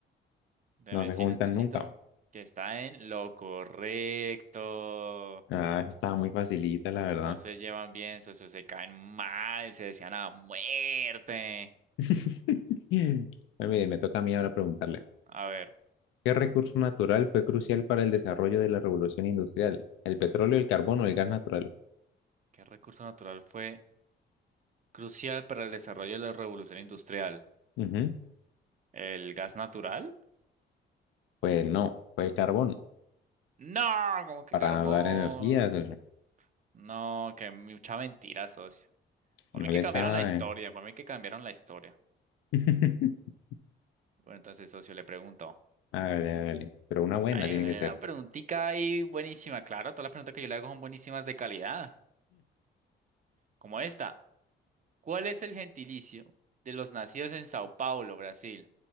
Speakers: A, on the right; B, on the left.
A: Déjeme
B: No
A: decirle,
B: se juntan
A: socito,
B: nunca.
A: que está en lo correcto.
B: Ah, estaba muy facilita, la verdad.
A: No se llevan bien, socio, se caen mal, se desean a muerte.
B: <laughs> Bueno, mire, me toca a mí ahora preguntarle.
A: A ver,
B: ¿Qué recurso natural fue crucial para el desarrollo de la revolución industrial? ¿El petróleo, el carbón o el gas natural?
A: ¿qué recurso natural fue crucial para el desarrollo de la revolución industrial?
B: Ujú.
A: ¿El gas natural?
B: Pues no, fue el carbón
A: No, como que
B: para
A: carbón.
B: dar energías. O sea,
A: No, que mucha mentira, socio. Para
B: No
A: mí que
B: le
A: cambiaron
B: sabe.
A: la historia, para mí que cambiaron la historia.
B: <laughs>
A: Bueno, entonces, socio, le pregunto.
B: Hágale, hágale. Pero una buena
A: Hay
B: tiene
A: una
B: que ser.
A: preguntita ahí buenísima, claro, todas las preguntas que yo le hago son buenísimas de calidad, como esta. ¿Cuál es el gentilicio de los nacidos en Sao Paulo, Brasil?